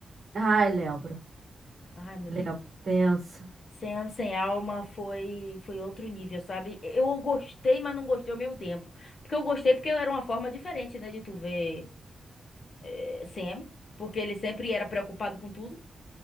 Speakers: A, on the right (about 45°); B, on the left (about 40°).
A: Ai, lembro,
B: Ai, meu
A: lembro,
B: Deus.
A: tenso.
B: Sam sem alma foi foi outro nível, sabe? Eu gostei, mas não gostei ao mesmo tempo. Porque eu gostei porque era uma forma diferente, né, de tu ver eh, Sam, porque ele sempre era preocupado com tudo.